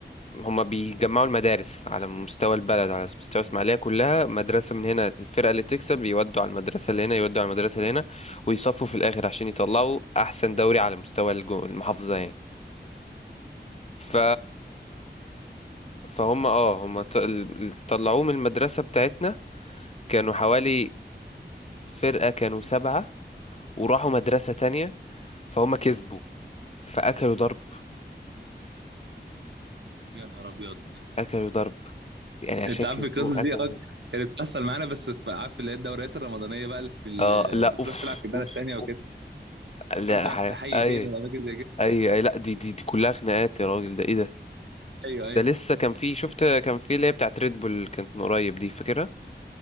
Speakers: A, on the left; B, on the right.
A: هما بيجمعوا المدارس على مستوى البلد على مستوى اسماعيليه كلها مدرسه من هنا الفرقه اللي تكسب يودوا على المدرسه اللي هنا يودوا على المدرسه اللي هنا ويصفوا في الاخر عشان يطلعوا احسن دوري على مستوى الجو... المحافظه يعني ف فهم اه هم ط- ال- طلعوه من المدرسه بتاعتنا كانوا حوالي فرقه كانوا سبعه وراحوا مدرسة تانية فهم كسبوا فأكلوا ضرب
B: يا نهار ابيض
A: أكلوا ضرب يعني عشان
B: انت عارف
A: كسبوا
B: القصص دي
A: أكلوا
B: اه
A: ضرب
B: كانت بتحصل معانا بس في عارف اللي هي الدوريات الرمضانيه بقى اللي في ال-
A: آه لا
B: بتروح
A: أوف
B: تلعب في بلد
A: أوف
B: تانية وكده
A: أوف لا
B: بتروح تلعب
A: حاجة
B: في حي
A: أي
B: تاني ولا اماكن زي كده
A: أي أي لا دي دي دي كلها خناقات يا راجل ده إيه ده
B: ايوه ايوه
A: ده لسه كان في شفت كان في اللي هي بتاعت ريد بول كانت من قريب دي فاكرها